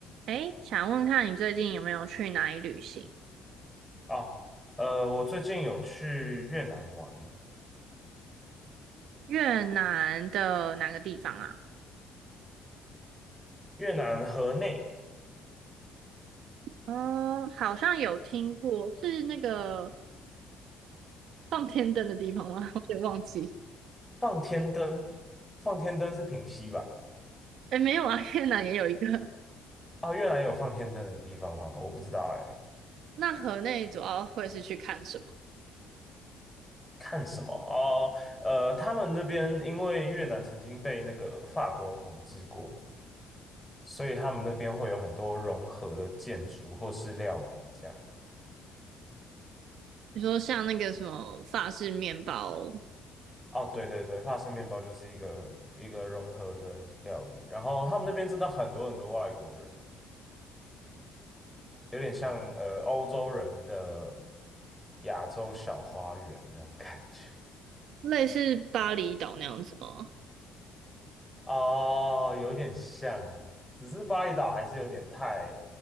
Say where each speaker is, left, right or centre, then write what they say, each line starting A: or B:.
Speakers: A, on the right (about 65°); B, in the centre.
A: 诶，想问看你最近有没有去哪里旅行？
B: 哦，呃，我最近有去越南玩，
A: 越南的哪个地方啊？
B: 越南河内
A: 哦，好像有听过，是那个放天灯的地方吗？<laughs> 我有点忘记。
B: 放天灯，放天灯是平溪吧？
A: 诶，没有啊，越南也有一个。
B: 哦，越南有放天灯的地方吗？我不知道哎，
A: 那河内主要会是去看什么？
B: 看什么？哦，呃，他们那边因为越南曾经被那个法国统治过，所以他们那边会有很多融合的建筑或是料理这样。
A: 你说像那个什么法式面包，
B: 哦，对对对，法式面包就是一个一个融合的料理，然后他们那边真的很多很多外国人。有点像呃欧洲人的亚洲小花园那种感觉
A: 类似巴厘岛那样子吗？
B: 哦，有点像，只是巴厘岛还是有点太